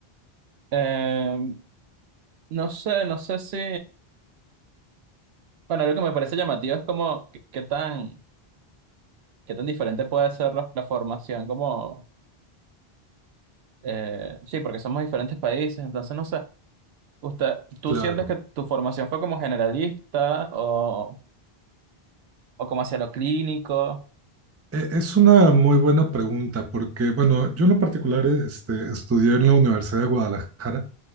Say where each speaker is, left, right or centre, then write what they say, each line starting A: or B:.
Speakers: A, on the right; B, on the right.
A: Eh, no sé, no sé si, bueno, lo que me parece llamativo es como, ¿qué, qué tan... qué tan diferente puede ser la, la formación como, eh, sí, porque somos diferentes países, entonces no sé, usted, ¿tú
B: Claro.
A: sientes que tu formación fue como generalista o, o como hacia lo clínico?
B: E- Es una muy buena pregunta porque, bueno, yo en lo particular este, estudié en la Universidad de Guadalajara